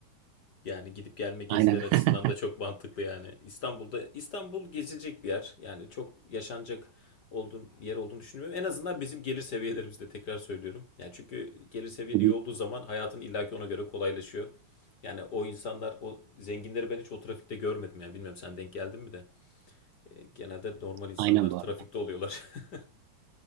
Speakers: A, on the left; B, on the right.
A: Yani gidip gelme geziler
B: Aynen.
A: açısından
B: <laughs>
A: da çok mantıklı yani. İstanbul'da İstanbul gezilecek bir yer. Yani çok yaşanacak olduğun bir yer olduğunu düşünmüyorum. En azından bizim gelir seviyelerimizde tekrar söylüyorum. Yani çünkü gelir seviyen
B: Hı hı.
A: iyi olduğu zaman hayatın illaki ona göre kolaylaşıyor. Yani o insanlar, o zenginleri ben hiç o trafikte görmedim. Yani bilmiyorum sen denk geldin mi de. E, genelde normal insanlar
B: Aynen bu
A: trafikte
B: arada.
A: oluyorlar. <laughs>